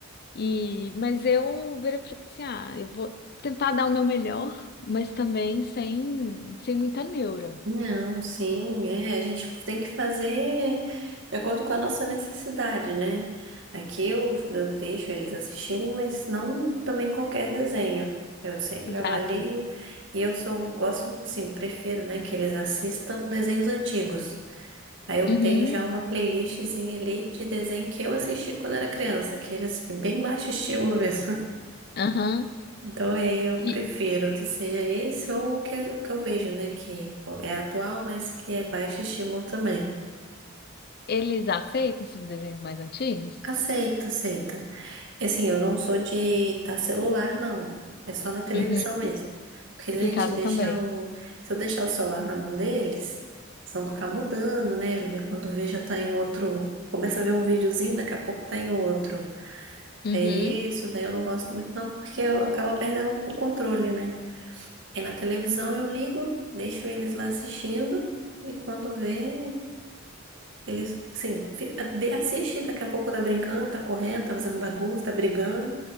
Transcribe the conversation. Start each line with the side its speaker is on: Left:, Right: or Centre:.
Left: E, mas eu virei e falei assim, ah, eu vou tentar dar o meu melhor, mas também sem, sem muita neura.
Right: Não, sim, é, a gente tem que fazer de acordo com a nossa necessidade, né? Aqui eu, eu deixo eles assistirem, mas não também qualquer desenho. Eu sempre
Left: Exato.
Right: avalio e eu sou, gosto, assim, prefiro, né, que eles assistam desenhos antigos. Aí eu
Left: Uhum,
Right: tenho já uma playlistzinha ali de desenho que eu assisti quando era criança, que eles bem baixo estilo mesmo.
Left: aham.
Right: Então eu
Left: E
Right: prefiro que seja esse ou o que, que eu vejo, né? Que é atual, mas que é baixo estímulo também.
Left: eles aceitam esses desenhos mais antigos?
Right: Aceita, aceita. E assim, eu não sou de dar celular, não. É só na televisão
Left: Uhum.
Right: mesmo. Porque se
Left: Aqui
Right: a gente
Left: em casa
Right: deixar
Left: também.
Right: o. Se eu deixar o celular na mão deles, eles vão ficar mudando, né? Quando vê já tá em outro. Começa a ver um videozinho, daqui a pouco tá em outro.
Left: Uhum,
Right: É isso, daí eu não gosto muito, não, porque eu acabo perdendo o controle, né? Aí na televisão eu ligo, deixo eles lá assistindo, e quando vê, eles, assim, fi- vê- assiste, daqui a pouco tá brincando, tá correndo, tá fazendo bagunça, tá brigando,